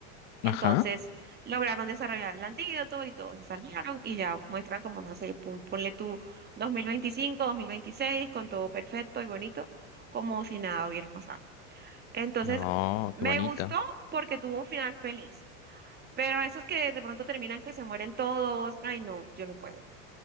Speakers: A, on the right; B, on the left.
A: Entonces
B: Ajá.
A: lograron desarrollar el antídoto y todos se salvaron y ya muestran como, no sé, pon- ponle tú 2025, 2026, con todo perfecto y bonito, como si nada hubiera pasado. Entonces,
B: No,
A: me
B: qué bonito.
A: gustó porque tuvo un final feliz, pero esos que de pronto terminan que se mueren todos, ay no, yo no puedo,